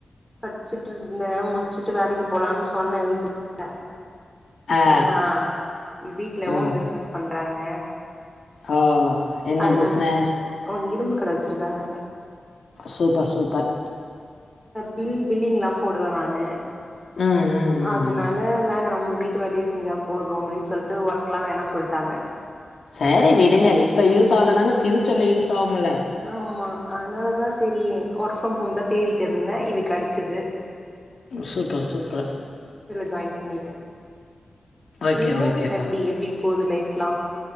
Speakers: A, in the centre; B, on the left.
A: படிச்சுட்டு இருந்தே முடிச்சுட்டு வேலைக்கு போலான்னு சொன்னே வீட்ல
B: ஆ
A: நானா வீட்ல ஓன்
B: ம்
A: பிஸ்னஸ் பண்றாங்க
B: ஓ என்ன
A: அதனால்
B: பிஸ்னஸ்
A: ஓ இரும்பு கட வச்சுருக்காங்க
B: சூப்பர் சூப்பர்
A: பில் பில்லிங்லா போடுவே நானு
B: ம் ம் ம்
A: அதுனால
B: ம்
A: வேணா நம்ம வீட்டு வாட்டியே செஞ்சா போதும் அப்டின்னு சொல்ட்டு ஒர்க் எல்லா வேணா சொல்ட்டாங்க
B: சேரி விடுங்க இப்ப யூஸ் ஆலன்னாலு ப்யூச்சர்ல யூஸ் ஆவும் இல்ல
A: ஆமா அதனாலதா செரி ஒர்க் ஃப்ரம் ஹோம் தா தேடிட்டு இருந்தே இது கெடச்சது
B: சூப்பர் சூப்பர்
A: ஜாயின் பண்ணிட்டே
B: ஓகே
A: நீங்க
B: ஓகேப்பா
A: எப்டி எப்டி போது லைஃப்ல்லா